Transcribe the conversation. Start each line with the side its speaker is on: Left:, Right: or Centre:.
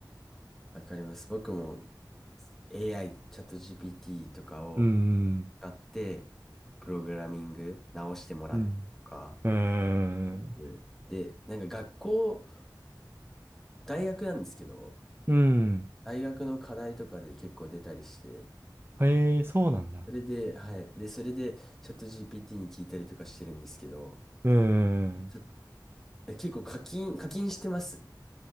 Centre: わかります。僕も AI、チャット GPT とかを
Right: うーん。
Centre: 使って、プログラミング直してもらったりとか
Right: うん。うーん。
Centre: してて、で、なんか学校、大学なんですけど、
Right: うん。
Centre: 大学の課題とかで結構出たりして、
Right: へえ、そうなんだ。
Centre: それで、はい。で、それで、チャット GPT に聞いたりとかしてるんですけど、
Right: うーん。
Centre: ちょ
Right: い
Centre: え結構課金、課金してます